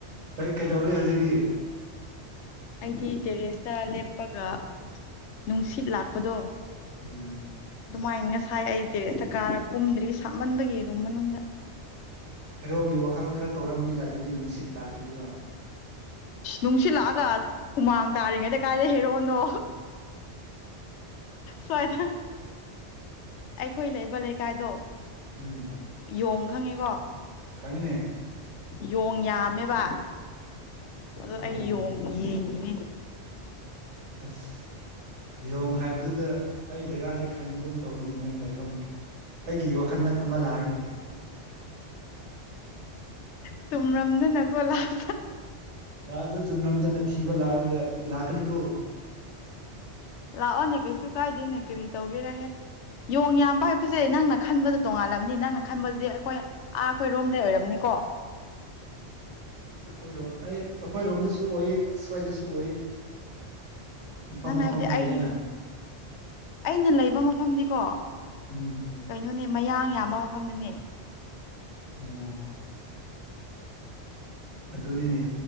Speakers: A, on the right; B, on the left.
A: ꯍꯩ ꯀꯩꯗꯧꯔꯤ ꯍꯧꯖꯤꯛꯗꯤ
B: ꯑꯩꯗꯤ ꯇꯦꯔꯦꯁꯇ ꯂꯦꯞꯄꯒ ꯅꯨꯡꯁꯤꯠ ꯂꯥꯛꯄꯗꯣ
A: ꯎꯝ
B: ꯑꯗꯨꯃꯥꯏꯅ ꯉꯁꯥꯏ ꯑꯩ ꯇꯦꯔꯦꯁꯇ ꯀꯥꯔ ꯀꯨꯝꯗ꯭ꯔꯤ ꯁꯥꯞꯃꯟꯕꯒꯤ ꯔꯨꯝ ꯃꯅꯨꯡꯗ
A: ꯍꯦꯔꯣꯒꯤ ꯋꯥꯈꯜ ꯈꯔ ꯇꯧꯔꯝꯅꯤꯗ ꯑꯗꯨꯗꯤ ꯅꯨꯡꯁꯤꯠ ꯂꯥꯛꯄꯗꯨꯒ
B: ꯅꯨꯡꯁꯤꯜꯂꯛꯑꯒ ꯍꯨꯃꯥꯡ ꯇꯥꯔꯤꯉꯩꯗ ꯀꯥꯏꯗ ꯍꯦꯔꯣꯅꯣ ꯁ꯭ꯋꯥꯏꯗ ꯑꯩꯈꯣꯏ ꯂꯩꯕ ꯂꯩꯀꯥꯏꯗꯣ
A: ꯎꯝ
B: ꯌꯣꯡ ꯈꯪꯉꯦꯀꯣ
A: ꯈꯪꯉꯤꯅꯦ
B: ꯌꯣꯡ ꯌꯥꯝꯃꯦꯕ ꯑꯗꯣ
A: ꯑꯣ
B: ꯑꯩ ꯌꯦꯡ ꯌꯦꯡꯉꯤꯅꯤ
A: ꯑꯁ ꯌꯦꯡ ꯍꯥꯏꯕꯗꯨꯗ ꯑꯩ ꯖꯒꯥꯁꯦ ꯈꯟꯒꯨꯝ ꯇꯧꯔꯤꯅꯦ ꯅꯪ ꯂꯩꯐꯝ ꯑꯩꯒꯤ ꯋꯥꯈꯜꯗꯛ ꯑꯃ ꯂꯥꯛꯏꯅꯦ
B: ꯁꯨꯝꯔꯝꯗꯅꯀꯣꯂꯥꯛ
A: ꯂꯥꯖꯗ ꯆꯨꯝꯅꯝꯗꯅ ꯊꯤꯕ ꯂꯒ ꯂꯥꯛꯀꯅꯤꯀꯣ
B: ꯂꯥꯛꯑꯣꯅꯦ ꯀꯩꯁꯨ ꯀꯥꯏꯗꯦꯅꯦ ꯀꯔꯤ ꯇꯧꯒꯦꯔꯍꯦ ꯌꯣꯡ ꯌꯥꯝꯕ ꯍꯥꯏꯕꯁꯦ ꯅꯪꯅ ꯈꯟꯕꯗ ꯇꯣꯡꯉꯥꯜꯂꯝꯅꯤ ꯅꯪꯅ ꯈꯟꯕꯗꯤ ꯑꯩꯈꯣꯏ ꯑꯥ ꯑꯩꯈꯣꯏꯔꯣꯝꯗꯩ ꯑꯣꯏꯔꯝꯅꯤꯀꯣ
A: ꯑꯩꯈꯣꯏꯔꯣꯝ ꯑꯩ ꯑꯩꯈꯣꯏꯔꯣꯝꯗꯁꯨ ꯑꯣꯏ ꯁꯨꯋꯥꯏꯗꯁꯨ ꯑꯣꯏ ꯃꯐꯝ
B: ꯅꯪꯅ
A: ꯃꯐꯝ
B: ꯍꯥꯏꯕꯗꯤ
A: ꯂꯩꯗꯅ
B: ꯑꯩ ꯑꯩꯅ ꯂꯩꯕ ꯃꯐꯝꯗꯤꯀꯣ
A: ꯎꯝ
B: ꯀꯩꯅꯣꯅꯦ ꯃꯌꯥꯡ ꯌꯥꯝꯕ ꯃꯐꯝꯗꯅꯦ
A: ꯑꯣ ꯑꯗꯨꯅꯤꯅꯦ